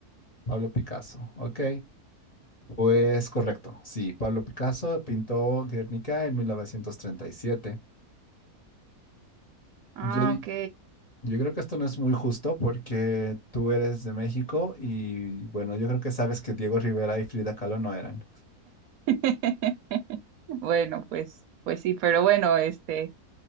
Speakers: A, on the left; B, on the right.
A: Pablo Picasso. Ok, Pues correcto, sí, Pablo Picasso pintó Guernica en 1937.
B: Ah,
A: Yo, di-
B: ok.
A: yo creo que esto no es muy justo porque tú eres de México y bueno, yo creo que sabes que Diego Rivera y Frida Kahlo no eran.
B: <laughs> Bueno, pues, pues sí, pero bueno, este,